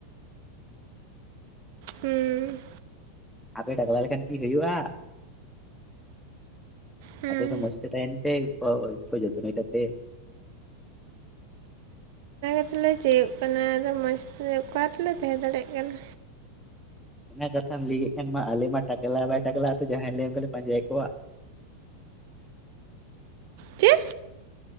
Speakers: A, on the right (about 55°); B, in the centre.
A: ᱦᱮᱸ᱾
B: ᱟᱯᱮ ᱴᱟᱠᱞᱟ ᱞᱮᱠᱷᱟᱱ ᱠᱤ ᱦᱩᱭᱩᱜ-ᱟ᱾
A: ᱦᱩᱸ
B: ᱟᱯᱮ ᱛᱚ ᱢᱚᱡᱛᱮ ᱛᱟᱦᱮᱱ ᱯᱮ ᱩᱵᱽ ᱠᱚ ᱡᱚᱛᱱᱚᱭ ᱛᱟᱯᱮ᱾
A: ᱢᱚᱡᱽᱞᱮ ᱪᱮᱭᱚᱜ ᱠᱟᱱᱟ ᱟᱫᱚ ᱢᱚᱡᱽ ᱛᱮ ᱚᱠᱟ ᱨᱮᱞᱮ ᱛᱟᱦᱮᱸ ᱫᱟᱲᱮᱭᱟᱜ ᱠᱟᱱᱟ᱾
B: ᱚᱱᱟ ᱠᱟᱛᱷᱟᱢ ᱞᱟᱹᱭ ᱠᱮᱫ ᱠᱷᱟᱱ ᱢᱟ ᱟᱞᱮ ᱢᱟ ᱴᱟᱠᱞᱟ ᱵᱟᱭ ᱴᱟᱠᱞᱟ ᱛᱚ ᱡᱟᱦᱟᱸᱭ ᱞᱮ ᱚᱱᱠᱟᱞᱮ ᱯᱟᱸᱡᱟᱭᱮᱫᱽ ᱠᱚᱣᱟ᱾
A: ᱪᱮᱫ